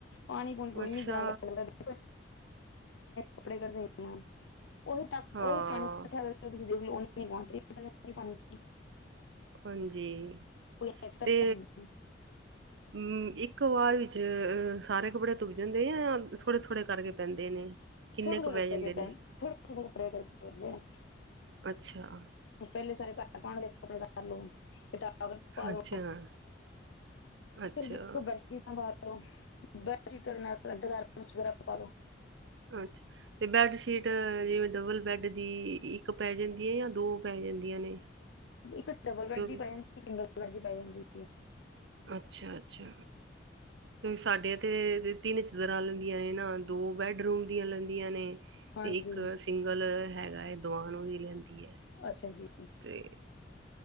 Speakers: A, on the left; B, on the right.
A: ਪਾਣੀ-ਪੁਣੀ ਕੋਈ
B: ਅੱਛਾ
A: ਨੀ ਜਿਆਦਾ ਲੱਗਦਾ <inaudible> ਕੱਪੜੇ ਕੱਢ ਦੇਈ ਆ ਉਹੀ ਟਪ,
B: ਹਾਂ
A: ਉਹੀ ਪਾਣੀ ਕੱਠਿਆ ਕਰ ਤੁਸੀਂ ਦੇਖ ਲਓ <unintelligible>
B: ਹਾਂਜੀ,
A: ਕੋਈ ਐਕਸਟਰਾ
B: ਤੇ
A: ਤਾਂ ਹੈ ਨਹੀਂ
B: ਮ ਇੱਕ ਵਾਰ ਵਿੱਚ ਅ ਸਾਰੇ ਕੱਪੜੇ ਧੁੱਪ ਜਾਂਦੇ ਯਾ ਥੋੜੇ-ਥੋੜੇ ਕਰਕੇ ਪੈਂਦੇ ਨੇ। ਕਿੰਨੇ
A: ਛੋਟੇ-ਛੋਟੇ
B: ਕੁ ਪੈ ਜਾਂਦੇ
A: ਕਰਕੇ
B: ਨੇ
A: ਪੈਨ, ਛੋਟੇ-ਛੋਟੇ ਕਰਕੇ ਪਦੇ ਨੇ
B: ਅੱਛਾ।
A: ਪਹਿਲੇ ਸਾਰੇ ਘਰ ਪਾਣ ਆਲੇ ਕਪੜੇ ਕਰ ਲਓ। <unintelligible> ਪਾਲੋ
B: ਅੱਛਾ
A: ਫਿਰ
B: ਅੱਛਾ
A: ਦੇਖੋ ਬੈਡਸ਼ੀਟਾਂ ਪਾ ਪਾਲੋ, ਬੈਡਸੀ਼ਟਾ ਦੇ ਨਾਲ ਅਂਡਰਗਾਰਮੇਂਟਸ ਵਗੈਰਾ ਪਾ ਲੋ।
B: ਅੱਛਾ। ਤੇ ਬੈਡਸ਼ੀਟ ਜਿਵੇਂ ਡਬਲ ਬੈਡ ਦੀ ਇੱਕ ਪੈ ਜਾਂਦੀ ਹੈ ਜਾਂ ਦੋ ਪੈ ਜਾਂਦੀਆਂ ਨੇ
A: ਇੱਕ ਡਬਲ ਬੈਡ
B: ਕਿਉਂਕਿ
A: ਦੀ ਪੈ ਜਾਂਦੀ ਇੱਕ ਸਿੰਗਲ ਬੈਡ ਦੀ ਪਾਈ ਜਾਂਦੀ ਸੀ
B: ਅੱਛਾ ਅੱਛਾ ਹੁਣ ਸਾਡੇ ਤਿੰਨ ਚਦਰਰਾਂ ਲੈਂਦੀਆਂ ਨੇ ਨਾ ਦੋ ਬੈਡਰੂਮ ਦੀਆਂ ਲੈਂਦੀਆਂ ਨੇ
A: ਹਾਂਜੀ
B: ਤੇ ਇੱਕ ਸਿੰਗਲ ਹੈਗਾ ਹੈ ਦਵਾਨ ਉਹਦੀ ਲੈਂਦੀ ਹੈ
A: ਅੱਛਾ ਜੀ
B: ਅਤੇ